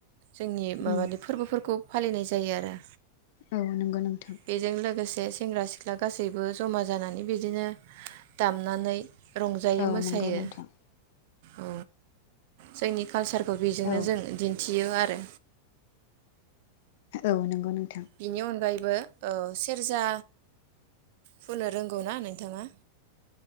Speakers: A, on the right (about 50°); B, on the left (about 50°).
A: जोंनि
B: उम
A: माबानि फोरबोफोरखौ फालिनाय जायो आरो
B: औ नंगौ नोंथां
A: बेजों लोगोसे सेंग्रा सिख्ला गासैबो जमा जानानै बे बिदिनो दामनानै रंजायो
B: औ
A: मोसायो
B: नंगौ नोंथां
A: औ जोंनि कालसारखौ बेजोंनो
B: औ
A: जों दिन्थि बियो आरो
B: औ नंगौ नोंगौ।
A: बिनि अनगायैब बो ओ सेरजा हुनो रोंगौ ना नोंथाङा?